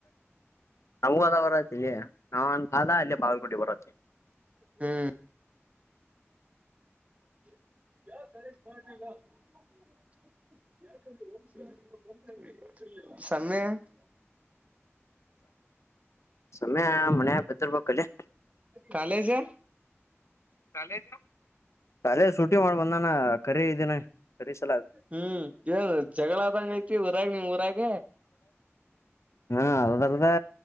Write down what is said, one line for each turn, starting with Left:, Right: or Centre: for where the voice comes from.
Left: ನಮ್ಗೂ ಅದ ಬರತ್ತ್ ಇಲ್ಲಿ ನಾಂದ ಅಲ್ಲೇ ಬಾಗಲಕೋಟೆ ಬರುತ್ತೆ
Right: ಹುಂ <unintelligible> <unintelligible>
Left: ಸಮ್ಯಾಯ ಮನೆಯಾಗ ಬಿದ್ದಿರಬೇಕಲ್ಲೇ
Right: ಕಾಲೇಜಾ
Left: ಕಾಲೇಜು ಕಾಲೇಜ್ ಸೂಟಿ ಮಾಡಿ ಬಂದಾನ ಖರೀ ದೀನ ಕರೀ ಸಲಾಗಿ.
Right: ಹ್ಮ್ ಏನ್ ಜಗಳ ಆದಂಗ ಊರಾಗ ನಿಮ್ಮ ಊರಾಗ
Left: ಹಾ ಅದಲ್ಲದೇ